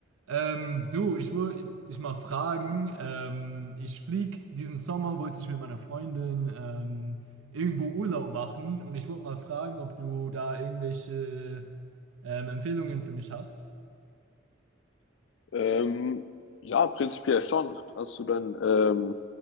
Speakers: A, on the right; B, on the left.
A: Ähm, du, ich wollte dich mal fragen, ähm, ich flieg diesen Sommer, wollte ich mit meiner Freundin ähm, irgendwo Urlaub machen und ich wollte mal fragen, ob du da irgendwelche ähm, Empfehlungen für mich hast.
B: Ähm, ja, prinzipiell schon. Hast du denn, ähm,